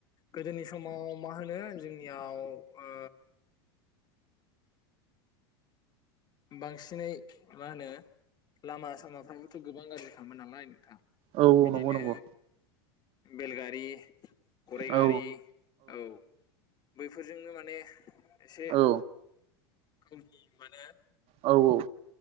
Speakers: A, on the left; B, on the right.
A: गोदोनि समाव मा होनो जोंनियाव ओ बांसिनै मा होनो लामा सामाफ्राबोथ' गोबां गाज्रिखामोन नालाय नोंथां
B: औ
A: बिदिनो
B: नंगौ नंगौ
A: बेलगारि गराय
B: औ
A: गारि औ बैफोरजोंनो माने एसे
B: औ
A: गावनि माने
B: औ औ